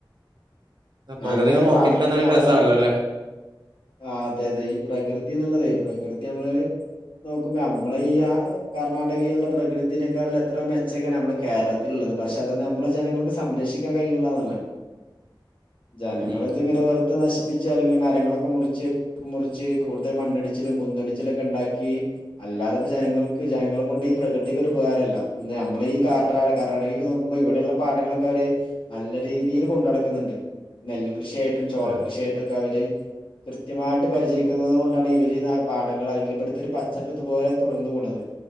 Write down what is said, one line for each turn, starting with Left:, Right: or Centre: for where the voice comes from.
Right: ഇതാ
Left: ഞാനിങ്ങനെ
Right: പ്രകൃതി ഇങ്ങനെ
Left: പാടത്ത്ക്ക്
Right: നോക്കിയിരിക്കാൻ തന്നെ
Left: ഞമ്മള്
Right: ഒരു രസാണല്ലോ അല്ലേ
Left: ആ അതെ അതെ ഈ പ്രകൃതി ന്നുള്ളത് പ്രകൃതി നമ്മള് നോക്കുമ്പോ നമ്മളെ ഈ ആ കർണ്ണാടകയിലുള്ള പ്രകൃതിതിനേക്കാൾ എത്രോ മെച്ചൊക്കേണ് ഞമ്മളെ കേരളത്തില്ള്ളത് ത് പക്ഷെ അതൊന്നും ഞമ്മളെ ജനങ്ങൾക്ക് സംരക്ഷിക്കാൻ കയ്യിള്ള <unintelligible> ജനങ്ങളൾ
Right: ഉം ഉം
Left: ഇതിങ്ങനെ വെറുതെ നശിപ്പിച്ച് അല്ലെങ്കിൽ മരങ്ങളൊക്കെ മുറിച്ച് മുറിച്ച് കൂടുതൽ മണ്ണടിച്ചിലും കുന്നടിച്ചിലുംൊക്കെ ഉണ്ടാക്കി അല്ലാതപ്പോ ജനങ്ങൾക്ക് ജനങ്ങൾ കൊണ്ട് ഈ പ്രകൃതിക്ക ഒരുരുപകാരമല്ല നമ്മള് ഈ ക കർണാടകക്ക് നോക്കുമ്പോ ഇവിടെയള്ള പാടങ്ങളൊക്കെര്ല്ല നല്ല രീതിയിൽ കൊണ്ട നടക്കുന്നുണ്ട് നെല് കൃഷിയായിട്ടും ചോള
Right: അതെ
Left: കൃഷിയായിട്ടുംൊക്കെ അവര് കൃത്യമായിട്ട് പരിചരിക്കുന്നത് കൊണ്ടാണ് ഇവര് പാഠങ്ങൾ അല്ലെങ്കിൽ ഇവിടുത്തെ ഒരു പച്ചപ്പ് ഇതുപോലെ തുടർന്നു പോണത്